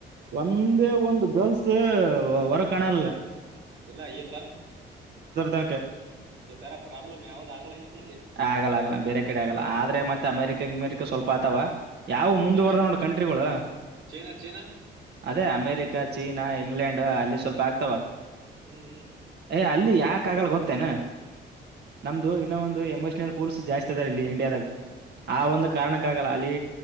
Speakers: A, on the right (about 55°); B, on the right (about 85°).
A: ಒಂದೇ
B: ಇಲ್ಲ
A: ಒಂದು ಗರ್ಲ್ಸ್ ಒರಗ ಕಾಣಲ್
B: ಇಲ್ಲ ಈ ತರ
A: ತನಕ
B: ಈ ತರ ಪ್ರಾಬ್ಲಮ್ ಯಾವ್ದ್ ಆಗಲ್ಲ ಅಂತನಲ್ಲಿ.
A: ಆಗಲ್ಲ ಆಗಲ್ಲ ಬೇರೆ ಕಡೆ ಆಗಲ್ಲ ಆದ್ರೆ ಮತ್ತೆ ಅಮೆರಿಕ ಅಮೆರಿಕ ಸ್ವಲ್ಪ ಆತವ. ಯಾವ ಮುಂದುವರ್ದ
B: ಚೀನಾ
A: ನೋಡ ಕಂಟ್ರಿಗಳು.
B: ಚೀನಾ ಚೀನಾ
A: ಅದೇ ಅಮೇರಿಕ ಚೀನಾ ಇಂಗ್ಲೆಂಡ್ ಅಲ್ಲಿ ಸ್ವಲ್ಪ ಆಗ್ತಾವ.
B: ಹ್ಮ್ ಹ್ಮ್
A: ಏ ಅಲ್ಲಿ ಯಾಕ ಆಗಲ್ಲ ಗೊತ್ತೇನಾ
B: ಹ್ಮ್
A: ನಮ್ದು ಇನ್ನೊ ಒಂದು. ಪೂಲ್ಸ್ ಜಾಸ್ತಿ ಇದಾವ ಇಲ್ಲಿ ಇಂಡಿಯಾದಾಗ ಆ ಒಂದು ಕಾರಣಕ್ಕ ಆಗಲ್ಲ ಅಲ್ಲಿ